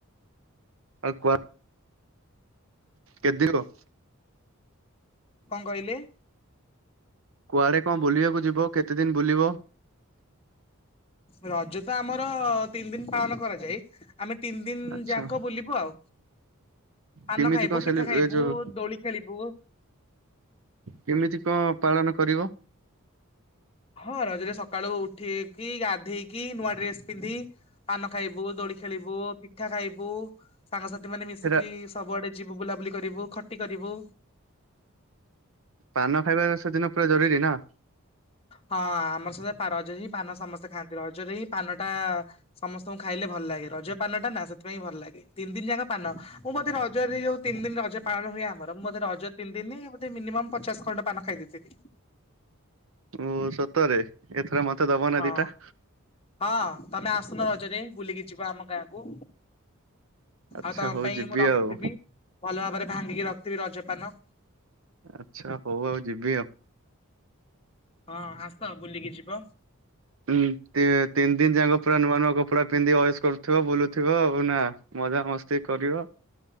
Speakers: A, on the right; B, on the left.
A: ଆଉ କୁ <unintelligible>
B: କଁ କହିଲେ?
A: କୁଆଡ଼େ କଁ ବୁଲିବାକୁ ଯିବ କେତେ ଦିନ ବୁଲିବ?
B: ରଜତ ଆମର ତିନି ଦିନ ପାଳନ କରାଯାଏ ଆମେ ତିନି ଦିନି
A: ଆଚ୍ଛା
B: ଯାକ ବୁଲିବୁ ଆଉ। ପାନ
A: କେମିତି
B: ଖାଇବୁ
A: କଣ ସେଲି
B: ପିଠା ଖାଇବୁ
A: ଏ ଯୋଉ
B: ଦୋଳି ଖେଳିବୁ
A: କେମିତି କଁ ପାଳନ କରିବ?
B: ହଁ ରଜରେ ସକାଳୁ ଉଠିକି ଗାଧେଇକି ନୂଆ ଡ୍ରେସ୍ ପିନ୍ଧି ପାନ ଖାଇବୁ ଦୋଳି ଖେଳିବୁ ପିଠା ଖାଇବୁ ସାଙ୍ଗସାଥି ମାନେ ମିଶିକି
A: ସେଇଟା
B: ସବୁଆଡ଼େ ଯିବୁ ବୁଲାବୁଲି କରିବୁ ଖଟି କରିବୁ
A: ପାନ ଖାଇବା ସେଦିନ ପୁରା ଜରୁରୀନା?
B: ହଁ ଆମର ସବୁ ରଜରେହିଁ ପାନ ସମସ୍ତେ ଖାଆନ୍ତି ରଜରେହିଁ ପାନଟା ସମସ୍ତଙ୍କୁ ଖାଇଲେ ଭଲ ଲାଗେ ରଜ ପାନଟାନା ସେଥିପାଇଁ ଭଲ ଲାଗେ ତିନି ଦିନ ଯାକ ପାନ ମୁଁ ବୋଧେ ରଜରେ ଯଉତିନି ଦିନ ରଜ ପାଳନ ହୁଏ ଆମର ମୁଁ ବୋଧେ ରଜ ତିନ ଦିନି ବୋଧେ ମିନିମମ୍ ପଚାଶ ଖଣ୍ଡ ପାନ ଖାଇଦେଇ <unintelligible>
A: ଓ ସତରେ ଏଥର ମତେ ଦବନା
B: ହଁ
A: ଦିଟା?
B: ହଁ ତମେ ଆସୁନ ରଜରେ ବୁଲିକି ଯିବ ଆମ ଗାଁକୁ?
A: ଆଚ୍ଛା
B: ଆଉ ତମ
A: ହଉ
B: ପାଇଁ
A: ଯିବି
B: ମୁଁ ରଖିଥିବି
A: ଆଉ
B: ଭଲ ଭାବରେ ଭାଙ୍ଗିକି ରଖିଥିବି ରଜପାନ?
A: ଆଚ୍ଛା ହଉ ଆଉ ଯିବି ଆଉ।
B: ହଁ ଆସ ବୁଲିକି ଯିବ।
A: ଉଁ ତି ତିନି ଦିନ ଯାକ ପୁରା ନୂଆ ନୂଆ କପଡ଼ା ପିନ୍ଧି ଅଏସ୍ କରୁଥିବ ବୁଲୁଥିବ ଆଉ ନା? ମଜାମସ୍ତି କରିବ।